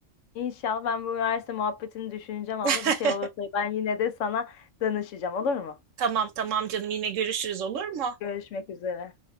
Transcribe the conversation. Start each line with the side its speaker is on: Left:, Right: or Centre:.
Left: inşallah ben bu üniversite muhabbetini düşüneceğim abla.
Right: <laughs>
Left: Bir şey olursa ben yine de sana danışacağım olur mu?
Right: Tamam tamam canım yine görüşürüz olur mu?
Left: Görüşmek üzere.